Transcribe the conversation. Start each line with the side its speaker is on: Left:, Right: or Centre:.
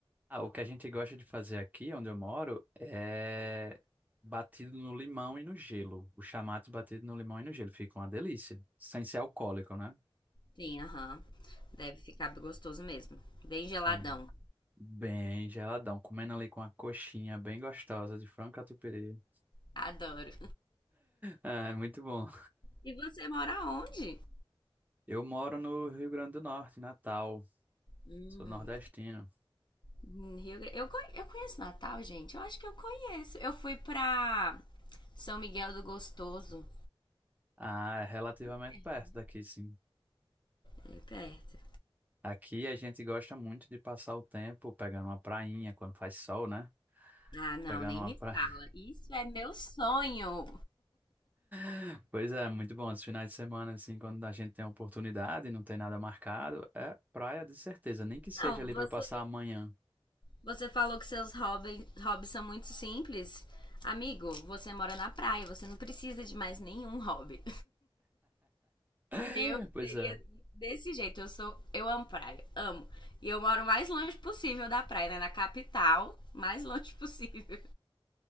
Right: Ah, o que a gente gosta de fazer aqui, onde eu moro, é batido no limão e no gelo. O chamate batido no limão e no gelo. Fica uma delícia. Sem ser alcoólico, né?
Left: Sim, aham. Deve ficar gostoso mesmo. Bem geladão.
Right: É bem geladão. Comendo ali com uma coxinha bem gostosa de frango catupiry.
Left: Adoro.
Right: Ah, É, muito bom.
Left: E você mora onde?
Right: Eu moro no Rio Grande do Norte, em Natal.
Left: Hum,
Right: Sou nordestino.
Left: em Rio Grande. Eu, conhe- eu conheço Natal, gente. Eu acho que eu conheço. Eu fui pra São Miguel do Gostoso.
Right: Ah, é relativamente
Left: Bem perto,
Right: perto
Left: né?
Right: daqui, sim.
Left: Bem perto.
Right: Aqui a gente gosta muito de passar o tempo pegando uma prainha quando faz sol, né?
Left: Ah, não,
Right: Pegando
Left: nem
Right: uma
Left: me
Right: praia.
Left: fala. Isso é meu sonho.
Right: <laughs> Pois é, muito bom. Os finais de semana, assim, quando a gente tem a oportunidade e não tem nada marcado, é praia de certeza, nem que seja
Left: Não,
Right: ali
Left: você,
Right: para passar amanhã.
Left: você falou que seus hobbies, hobbies são muito simples. Amigo, você mora na praia, você não precisa de mais nenhum hobby.
Right: <laughs>
Left: Eu
Right: Pois
Left: seria
Right: é.
Left: desse jeito. Eu sou, eu amo praia, amo. E eu moro o mais longe possível da praia, né? Na capital, mais longe <laughs> possível.